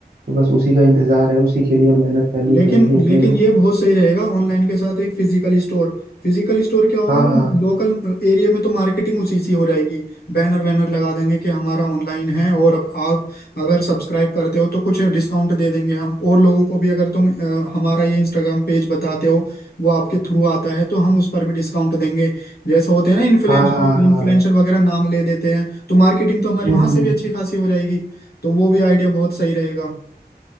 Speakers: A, on the right; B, on the left.
A: तो बस उसी का इंतजार है उसी के लिए अब मेहनत करनी
B: लेकिन
A: पड़ेगी अपने
B: लेकिन
A: को
B: ये बहुत सही रहेगा ऑनलाइन के साथ एक फिजिकल स्टोर फिजिकल स्टोर क्या होगा
A: हाँ हाँ
B: लोकल एरिया में तो मार्केटिंग उसी सी हो जाएगी बैनर वैनर लगा देंगे कि हमारा ऑनलाइन है और अब आप अगर सब्सक्राइब करते हो तो कुछ डिस्काउंट दे देंगे हम और लोगों को भी अगर तुम अ, हमारा ये इंस्टाग्राम पेज बताते हो वो आपके थ्रू आता है तो हम उस पर भी डिस्काउंट देंगे जैसे होते हैं ना इन्फ्लुएंसर
A: हाँ हाँ हाँ
B: इन्फ्लुएंसर वगैरह नाम ले देते हैं तो मार्केटिंग तो हमारी
A: हम्म
B: वहां
A: हम्म।
B: से भी अच्छी खासी हो जाएगी तो वो भी आइडिया बहुत सही रहेगा